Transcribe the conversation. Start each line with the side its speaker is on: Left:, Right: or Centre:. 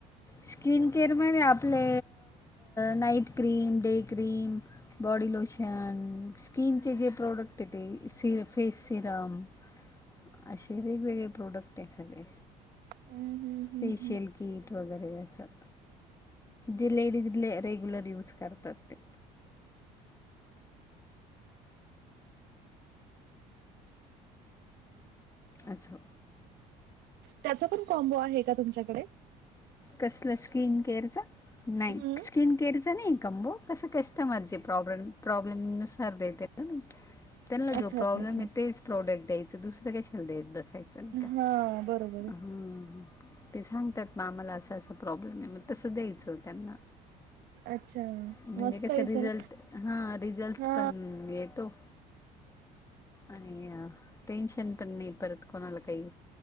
Left: स्किन केअरमध्ये आपले night cream day cream. Body lotion, स्किनचे जे प्रॉडक्ट ए ते... सिर.. फेस सिरम
Right: <unintelligible>
Left: अशे वेगवेगळे प्रोडक्ट ए सगळे
Right: हम्म हम्म हम्म
Left: फेशियल
Right: हम्म
Left: कीट वगैरे असं जे लेडीज ले रेग्युलर यूज करतात ते आसं
Right: त्याचा पण कॉम्बो आहे का तुमच्याकडे?
Left: कसलं स्किन केअरचं? नाई
Right: हम्म
Left: स्किन केअरचा नई कंबो, कसं कस्टमरचे प्रॉब्लेम प्रॉब्लेम नुसार देते. ना मी त्यांना
Right: अच्छा
Left: जो प्रॉब्लेम
Right: अच्छा अच्छा
Left: ए तेच प्रॉडक्ट द्यायचं, दुसरं कशाला देत बसाय चलत्या,
Right: हा बरोबर आहे
Left: हम्म. ते सांगतात म आम्हाला असा असा प्रॉब्लेम ए मग तसं द्यायचं त्यांना.
Right: अच्छा
Left: म्हणजे
Right: मस्त
Left: कसं
Right: आहे
Left: रिझल्ट
Right: चला
Left: हां रिझल्ट
Right: हा
Left: पण येतो. आणि अ टेन्शन पण नई परत कोणाला काई